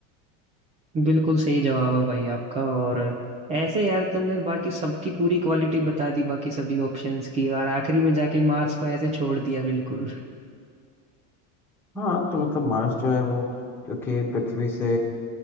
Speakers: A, on the right; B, in the centre.
A: बिल्कुल सही जवाब है भाई आपका और ऐसे यार तुमने बाकी सबकी पूरी क्वालिटी बता दी बाकी सभी ऑप्शंस की और आखिरी में जाके मार्स को ऐसे छोड़ दिया बिल्कुल
B: हाँ तो मतलब मार्स जो है वो क्योंकि पृथ्वी से